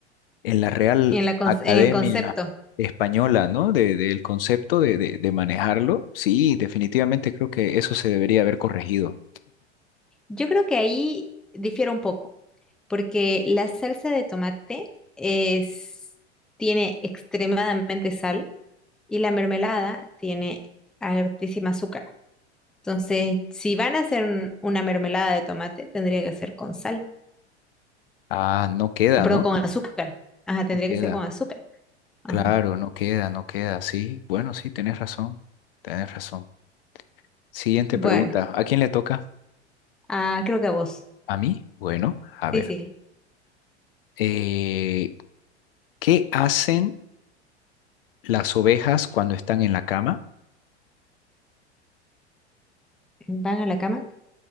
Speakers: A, on the left; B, in the centre.
A: en la Real
B: En la, con-
A: Academia
B: en el concepto.
A: Española, ¿no? De, del concepto de, de, de manejarlo. Sí, definitivamente creo que eso se debería haber corregido.
B: Yo creo que ahí difiere un poco, porque la salsa de tomate es, tiene extremadamente sal. y la mermelada tiene altísima azúcar. Entonces, si van a hacer un- una mermelada de tomate, tendría que ser con sal,
A: Ah, no queda,
B: o perdón,
A: ¿no?
B: con azúcar. Ajá, tendría
A: No queda.
B: que ser con azúcar. Ajá.
A: Claro, no queda, no queda. Sí, bueno, sí, tenés razón. Tenés razón. Siguiente
B: Bueno,
A: pregunta. ¿A quién le toca?
B: ah, creo que a vos.
A: ¿A mí? Bueno, a ver.
B: Sí, sí.
A: Eh, ¿qué hacen las ovejas cuando están en la cama?
B: ¿Van a la cama?